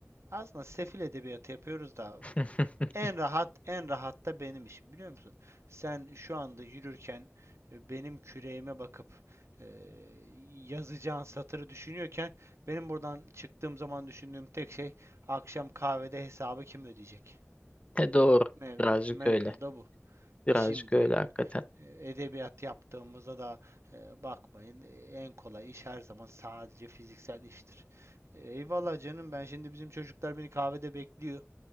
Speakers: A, on the right (about 70°); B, on the left (about 25°).
A: aslında sefil edebiyatı yapıyoruz da
B: <laughs>
A: en rahat, en rahat da benim işim biliyor musun? Sen şu anda yürürken e, benim küreğime bakıp e, yazacağın satırı düşünüyorken benim buradan çıktığım zaman düşündüğüm tek şey akşam kahvede hesabı kim ödeyecek?
B: E, Doğru.
A: Mev,
B: Birazcık
A: mevzu
B: öyle.
A: da bu.
B: Birazcık
A: Şimdi
B: öyle hakikaten.
A: e, edebiyat yaptığımızda da e, bakmayın e, en kolay iş her zaman sadece fiziksel iştir. Eyvallah canım ben şimdi bizim çocuklar beni kahvede bekliyor.